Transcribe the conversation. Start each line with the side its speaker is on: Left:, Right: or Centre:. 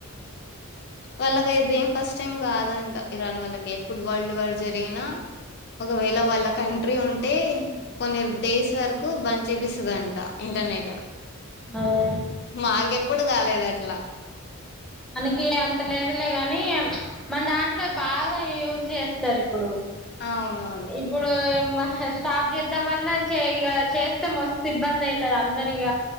Left: వాళ్ళకి ఇదిేం ఫస్ట్ టైం కాదంట ఇరాన్ వాళ్ళకి ఎప్పుడు వరల్డ్ వార్ జరిగినా ఒకవేళ వాళ్ళ కంట్రీ ఉంటే కొన్ని డేస్ వరకు బంద్ చపిస్తుందింట ఇంటనే అతే
Centre: అదే
Left: మాకెప్పుడు కాలేదుంటే ఇలా
Centre: మనకి అంత లేదులే కాని మన దాంట్లో బాగా యూజ్ చేస్తారు ఇప్పుడు
Left: అవునవును
Centre: ఇప్పుడు మా స్టాప్ చేద్దామన్నా చేయగా చేస్తే మస్తు ఇబ్బంది అయితంది అందరిగ